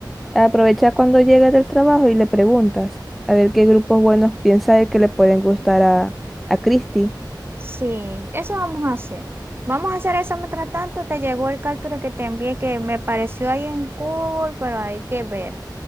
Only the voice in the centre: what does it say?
Aprovecha cuando llegas del trabajo y le preguntas a ver qué grupos buenos piensa él que le pueden gustar a, a Christy.